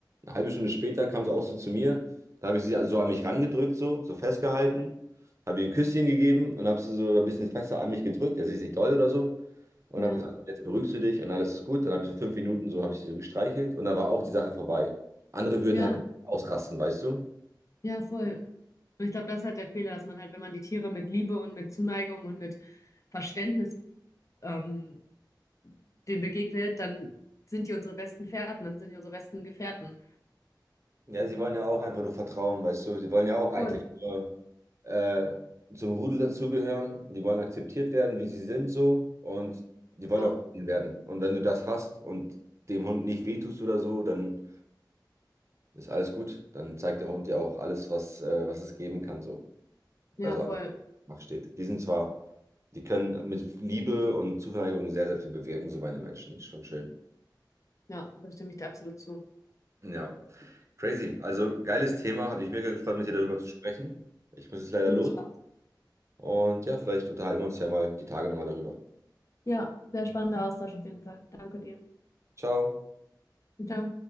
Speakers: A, on the right; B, on the left.
A: eine halbe Stunde später, kam sie auch so zu mir. Da habe ich sie also so an mich rangedrückt, so, so festgehalten, habe ihr ein Küsschen gegeben und habe sie so ein bisschen fester an mich gedrückt. Also ist nicht doll oder so. Und
B: Ja.
A: habe gesagt, jetzt beruhigst du dich und alles ist gut. Dann habe ich so fünf Minuten so, habe ich sie so gestreichelt und dann war auch die Sache vorbei. Andere würden
B: Ja.
A: halt ausrasten, weißt du?
B: Ja, voll. Und ich glaube, das ist halt der Fehler, dass man halt, wenn man die Tiere mit Liebe und mit Zuneigung und mit Verständnis ähm, dem begegnet, dann sind die unsere besten Fährten, dann sind die unsere besten Gefährten.
A: Ja, sie wollen ja auch einfach nur vertrauen, weißt du. Sie wollen ja auch eigentlich
B: Voll.
A: nur äh, zum Rudel dazugehören. Die wollen akzeptiert werden, wie sie sind so. Und die wollen
B: Ja,
A: auch gesehen werden. Und wenn du das hast und dem Hund nicht wehtust oder so, dann ist alles gut. Dann zeigt der Hund dir auch alles, was, äh, was es geben kann so.
B: ja,
A: Also
B: voll.
A: einfach macht steht. Die sind zwar, die können mit Liebe und Zuneigung sehr, sehr viel bewirken, so meine Menschen. Ist schon schön.
B: Ja, da stimme ich dir absolut zu.
A: Ja, crazy. Also geiles Thema. Hat mich mega gefreut, mit dir darüber zu sprechen. Ich muss jetzt leider
B: Finde
A: los.
B: ich auch.
A: Und ja, vielleicht unterhalten wir uns ja mal die Tage nochmal darüber.
B: Ja, sehr spannender Austausch auf jeden Fall. Danke dir.
A: Ciao.
B: Ciao.